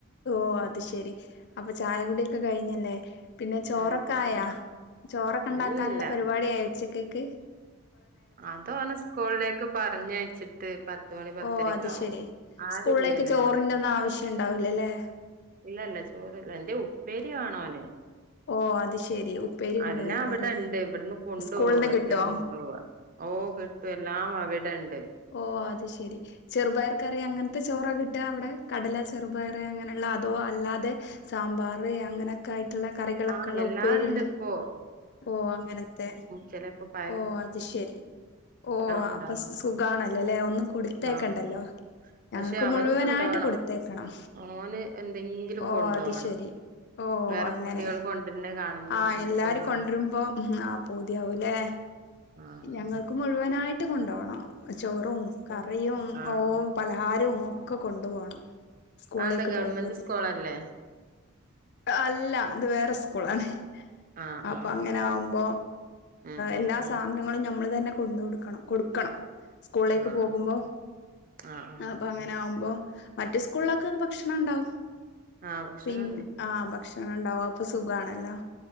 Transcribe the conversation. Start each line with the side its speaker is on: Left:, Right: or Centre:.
Left: ഓഹ് അത് ശെരി. അപ്പൊ ചായകുടി ഒക്കെ കഴിഞ്ഞല്ലേ. പിന്നെ ചോറൊക്കായാ?
Right: ചായപ്പൊടി
Left: ചോറൊക്കെ ഇണ്ടാക്കാനുള്ള
Right: ഇല്ല
Left: പരിപാടി ആയോ ഉച്ചക്കക്ക്?
Right: അതോനെ സ്കൂളിലേക്ക് പറഞ്ഞയച്ചിട്ട് പത്തുമണി പത്തരെക്കെ
Left: ഓ അത്
Right: ആവും.
Left: ശെരി
Right: ആരുല്ലല്ലോ
Left: സ്കൂളിലേക്ക് ചോറിന്റെ
Right: ഞാനൊറ്റ
Left: ഒന്നും ആവശ്യം ഉണ്ടാവൂല്ലല്ലേ.
Right: ഇല്ല ല്ല ചോറില്ല. എന്തേം ഉപ്പേരി വാണോന്.
Left: ഓ അത് ശെരി ഉപ്പേരി കൊണ്ടോയേക്കാരല്ലേ
Right: അല്ലാ അവിടെണ്ട് ഇവട്ന്ന് കൊണ്ടോവാ
Left: സ്കൂളിന്ന്
Right: വെറുതെ
Left: കിട്ടോ
Right: കൊണ്ടോവാ. ഓഹ് കിട്ടും എല്ലാം അവിടെണ്ട്.
Left: ഓഹ് അത് ശെരി. ചെറുപയർ കറി അങ്ങൻ ത്തെ ചോറാ കിട്ടാ അവിടെ. കടല ചെറുപയർ അങ്ങനെള്ള അതോ അല്ലാതെ സാമ്പാർ അങ്ങനെ ക്കായിട്ടുള്ള കറികളൊക്കെ
Right: ആഹ്
Left: ഉള്ള
Right: എല്ലാം
Left: ഉപ്പേരി
Right: ഇണ്ട്പ്പോ
Left: ഉള്ളെ ഓഹ് അങ്ങനെത്തെ.
Right: ചെലേപ്പോ പ
Left: ഓഹ് അത് ശെരി. ഓഹ്
Right: ഉണ്ടാവും
Left: അപ്പൊ സ് സുഖാണല്ലോ ല്ലേ ഒന്നും കൊടുത്തയക്കണ്ടല്ലോ.
Right: ആഹ്
Left: ഞങ്ങക്ക്
Right: പക്ഷെ അവന്
Left: മുഴുവനായിട്ട്
Right: കൊണ്ടോണം
Left: കൊടുത്തയക്കണം.
Right: ഓന് എന്തെങ്കിലും
Left: ഓഹ്
Right: കൊണ്ടോവണം
Left: അത് ശരി. ഓഹ്
Right: വേറെ
Left: അങ്ങനെ.
Right: കുട്ടികൾ കൊണ്ടര്ണെ കാണുമ്പോ
Left: ആഹ്
Right: ഇൻക്കും
Left: എല്ലാരും
Right: വേണം
Left: കൊണ്ട്രുമ്പോം ആഹ് പൂതിയാവുലേ.
Right: ആഹ്
Left: ഞങ്ങൾക്ക് മുഴുവനായിട്ട് കൊണ്ടോണം ചോറും കറിയും
Right: ആഹ്
Left: ഓഹ്.
Right: ആഹ്
Left: പലഹാരും ഒക്കെ കൊണ്ടു പോണം സ്കൂളിലേക്ക്
Right: അതെന്താ ഗവൺമെന്റ്
Left: പോവുമ്പോത്തിന്.
Right: സ്കൂളല്ലേ
Left: അല്ല ഇത് വേറെ സ്കൂളാണ്.
Right: ആഹ്
Left: അപ്പ
Right: ആഹ്
Left: അങ്ങന ആവുമ്പോ
Right: ഉം ഉം
Left: എല്ലാ
Right: ഉം
Left: സ് <unintelligible> ളും ഞമ്മള് തന്നെ കൊണ്ട് കൊടുക്കണം കൊടുക്കണം സ്കൂളെക്ക്
Right: ആഹ്
Left: പോകുമ്പോ
Right: അതെ ആഹ് ആഹ്
Left: അപ്പ അങ്ങനെ ആവുമ്പോ മറ്റ് സ്കൂൾലൊക്ക ഭക്ഷണം ഇണ്ടാവും
Right: ആഹ് ഭക്ഷണണ്ട്
Left: പിന്നെ
Right: ഇപ്പൊ.
Left: ആ ഭക്ഷ ണം ഇണ്ടാവും അപ്പ സുഖാണല്ലോ